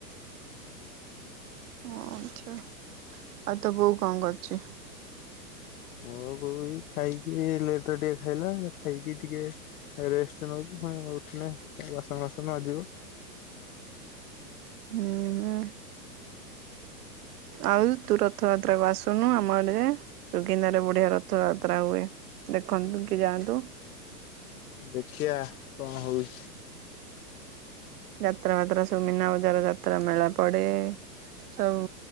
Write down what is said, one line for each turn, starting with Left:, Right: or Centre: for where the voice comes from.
Right: ଓ ଆଚ୍ଛା ଆଉ ତୋ ବୋଉ କଣ କରୁଛି?
Left: ମୋ ବୋଉ ଏଇ ଖାଇକି ଲେଟରେ ଟିକେ ଖାଇଲା ଖାଇକି ଟିକେ ରେଷ୍ଟ ନେଉଛି ପୁଣି ଉଠିଲେ ବାସନ ବାସନ ମାଜିବ।
Right: ହୁଁ ଉଁ। ଆଉ ତୁ ରଥଯାତ୍ରା କୁ ଆସୁନୁ ଆମ ଆଡେ ସୁକିନ୍ଦାରେ ବଢିଆ ରଥଯାତ୍ରା ହୁଏ। ଦେଖନ୍ତୁ କି ଯାଆନ୍ତୁ।
Left: ଦେଖିବା କଣ ହଉଛି?
Right: ଯାତ୍ରା ମାତ୍ରା ସବୁ ମିନା ବଜାର ଯାତ୍ରା ମେଳା ପଡେଏ। ଆଉଁ